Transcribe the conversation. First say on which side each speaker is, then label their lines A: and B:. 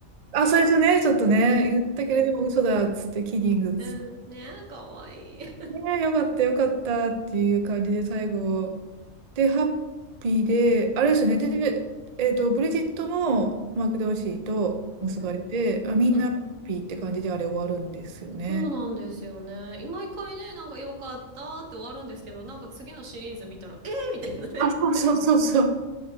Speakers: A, on the right; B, on the right.
A: あ、最初ね、ちょっとね、言ったけれども嘘だっつって、
B: <laughs> うん。<laughs>
A: キリングっつって
B: うん、ねえ、かわいい。
A: ねえ、よかったよかったっていう感じで最後。で、ハッピーで、あれですよね、
B: うん。
A: で、で、えっと、ブリジットもマーク・ドーシーと結ばれて、
B: うん。
A: あ、みんなハッピーって感じであれ終わるんですよね。
B: うんそうなんですよね。毎回ね、なんか良かったって終わるんですけど、なんか次のシリーズ見たら、えーみたいなね。
A: あ、そうそうそうそう。